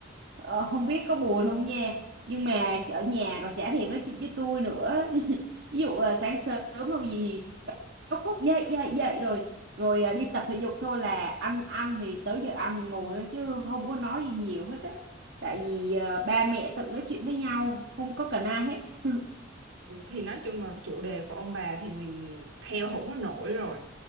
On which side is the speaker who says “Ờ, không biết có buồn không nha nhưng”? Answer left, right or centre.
Right